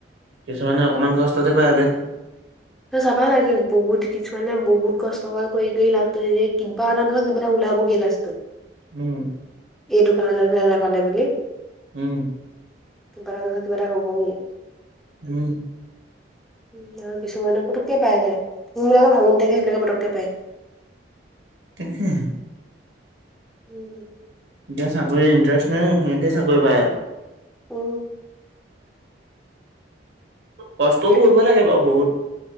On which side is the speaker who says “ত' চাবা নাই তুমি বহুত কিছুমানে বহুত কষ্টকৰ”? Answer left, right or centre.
Centre